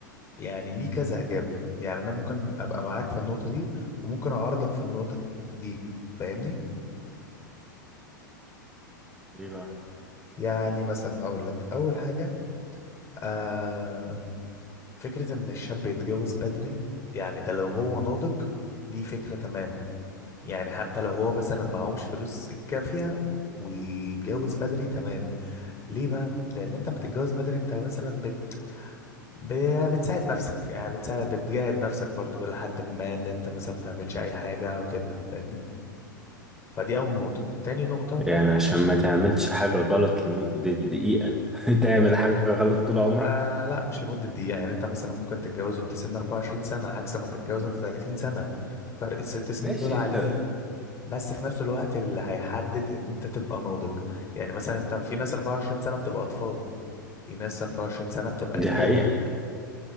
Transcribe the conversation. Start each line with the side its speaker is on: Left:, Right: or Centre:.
Left: يعني ليه كذا إجابة يعني انا ممكن ابقى معاك في النقطة دي وممكن اعارضك في النقطة دي فاهمني
Centre: ليه بقى
Left: يعني مثلا هقول لك اول حاجة آه، فكرة إن الشاب يتجوز بدري يعني ده لو هو ناضج دي فكرة تمام يعني حتى لو هو مثلا معهوش فلوس الكافية ويتجوز بدري تمام ليه بقى؟ لأن أنت لما تتجوز بدري أنت مثلا بت... ب... يعني بتساعد نفسك يعني بتساعد بتجاهد نفسك برضو لحد ما إن أنت مثلا بتعملش أي حاجة أو كده فاهمني؟ فدي أول نقطة تاني نقطة
Centre: يعني عشان ما تعملش حاجة غلط لمدة دقيقة <laughs> تعمل حاجة غلط طول عمرك
Left: آه لا مش لمدة دقيقة يعني أنت مثلا ممكن تتجوز وأنت سن 24 سنة عكس ما تتجوز وأنت 30 سنة فرق الست سنين
Centre: ماشي
Left: دول عاليين
Centre: انت
Left: بس في نفس الوقت اللي هيحدد ان انت تبقى ناضج يعني مثلا انت في ناس 24 سنة بتبقى اطفال في ناس 24 سنة بتبقى
Centre: دي
Left: رجالة
Centre: حقيقة